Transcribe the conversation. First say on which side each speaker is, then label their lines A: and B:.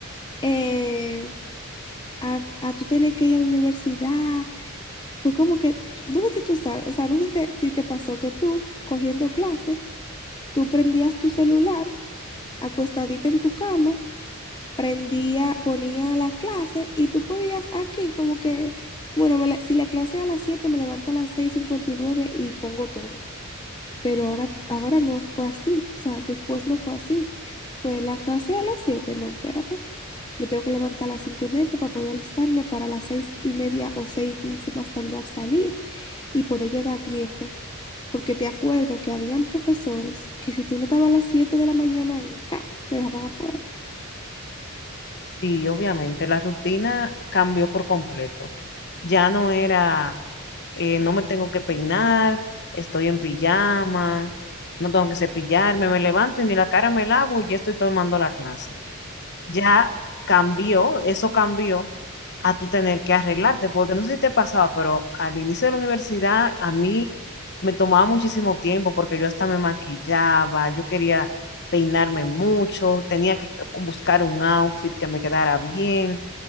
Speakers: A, on the left; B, on the left.
A: eh, a, a tú tener que ir a la universidad Fue como que, no sé si tú sabes, o sea, no sé si te, si te pasó que tú, cogiendo clases, tú prendías tu celular, acostadita en tu cama, prendía, ponía la clase y tú podías aquí como que, bueno, me la- si la clase es a las 7 me levanto a las seis cincuenta y nueve y pongo todo pero ahora, ahora no fue así, o sea, después no fue así. Fue la clase a las siete no, espérate. Me tengo que levantar a las 5 y media para poder alistarme para las 6 y media o 6 y 15 más tardar salir y poder llegar a tiempo. Porque te acuerdo que habían profesores que si tú no estabas a las 7 de la mañana ahí, ¡ja! te dejaban afuera.
B: Sí, obviamente, la rutina cambió por completo. Ya no era, eh, no me tengo que peinar, estoy en pijama, no tengo que cepillarme, me levanto y ni la cara me lavo y ya estoy tomando la clase ya cambió, eso cambió a tú tener que arreglarte, porque no sé si te pasaba, pero al inicio de la universidad a mí me tomaba muchísimo tiempo porque yo hasta me maquillaba, yo quería peinarme mucho, tenía que buscar un outfit que me quedara bien.